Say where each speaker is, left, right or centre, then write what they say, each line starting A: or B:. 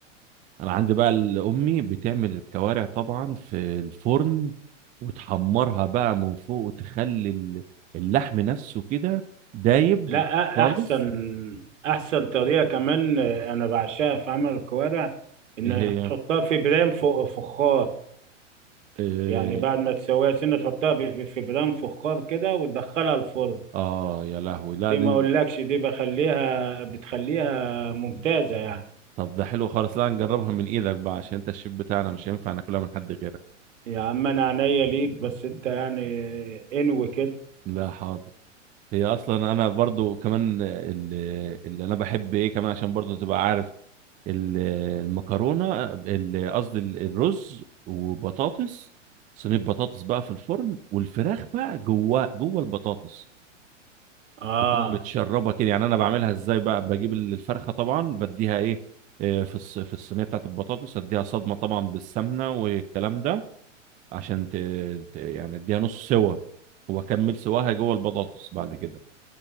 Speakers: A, on the right (about 20°); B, on the right (about 75°).
A: انا عندي بقى ال- امي بتعمل الكوارع طبعا في الفرن وتحمرها بقى من فوق وتخلي ال- اللحم نفسه كده دايب
B: لا أ-
A: خالص
B: احسن احسن طريقه كمان آه، انا بعشقها في عمل الكوارع ان
A: ايه هي
B: تحطها في برام فوق فخار
A: إيه.
B: يعني بعد ما تسويها سنه تحطها ب- في برام فخار كده وتدخلها الفرن
A: اه يا لهوي لا
B: دي
A: دي-
B: ما اقولكش دي بخليها بتخليها ممتازة يعني
A: طب ده حلو خالص لا نجربها من ايدك بقى عشان انت الشيف بتاعنا مش هينفع ناكلها من حد غيرك
B: يا عم انا عينيا ليك بس انت يعني انوي كده
A: لا حاضر هي اصلا انا برضو كمان اللي, اللي انا بحب ايه كمان عشان برضو تبقى عارف ال- المكرونه ال- قصدي ال- الرز وبطاطس صينيه بطاطس بقى في الفرن والفراخ بقى جوه جوه البطاطس
B: اه
A: تكون متشربه كده يعني انا بعملها ازاي بقى بجيب الفرخه طبعا بديها ايه آه، في الص- في الصينيه بتاعت البطاطس اديها صدمه طبعا بالسمنه والكلام ده عشان ت... ت- يعني اديها نص سوا واكمل سواها جوه البطاطس بعد كده